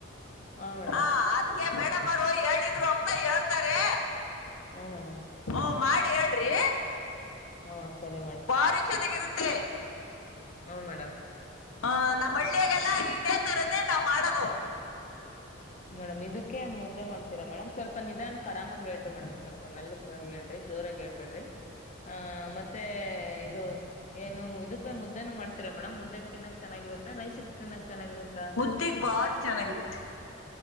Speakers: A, on the left; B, on the left.
A: ಹಾ ಮೇಡಮ್
B: ಹ ಅದ್ಕೆ ಮೇಡಮ್ ಮ್ಮರು ಹೇಳಿದ್ರು ಅಂತ ಹೇಳ್ತಾರೆ
A: ಹುಂ ಮೇಡಮ್.
B: ಹ ಮಾಡೇಳ್ರಿ.
A: ಹ್ಮ ಸರಿ
B: ಬಾರಿ ಚೆನ್ನಾಗಿರುತ್ತೆ.
A: ಹ್ಮು ಮೇಡಮ್.
B: ಹಾ ನಮ್ಮಳ್ಳಿಯಾಗೆಲ್ಲ ಇದೇ ತರನೇ ನಾವ್ ಮಾಡದು.
A: ಮೇಡಮ್ ಇದಕ್ಕೆ ಮುದ್ದೆ ಮಾಡ್ತೀರಾ ಮೇಡಮ್ ಸ್ವಲ್ಪ ನಿಧಾನಕ್ ಆರಾಮಾಗಿ ಏಳಿರೀ ಮೇಡಮ್ ಸ್ವಲ್ಪ ಮೆಲ್ಲಕೆ ಹೇಳ್ರಿ ಜೋರಾಗಿ ಹೇಳ್ಬೇಡ್ರಿ ಆ ಮತ್ತೆ ಇದು ಏನು ಇದಕ್ಕೆ ಮುದ್ದೇನು ಮಾಡ್ತೀರಾ ಮೇಡಮ್ ಮುದ್ದೆಕ್ ತಿನ್ನಕ್ ಚೆನ್ನಾಗಿರುತ್ತ ರೈಸಿಕ್ ತಿನ್ನಕ್ ಚೆನ್ನಾಗಿರುತ್ತಾ
B: ಮುದ್ದೆಗ್ ಬಾರಿ ಚೆನ್ನಾಗಿರುತ್ತೆ.